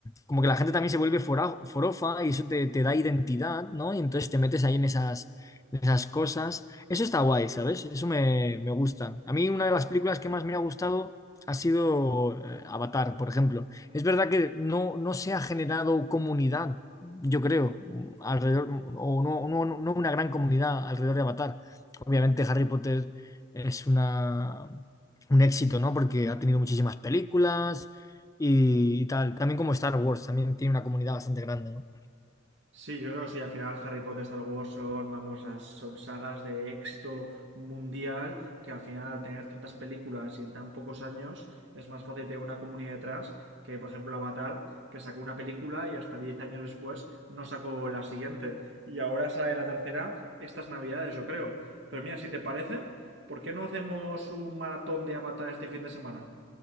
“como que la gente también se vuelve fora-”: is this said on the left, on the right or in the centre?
Left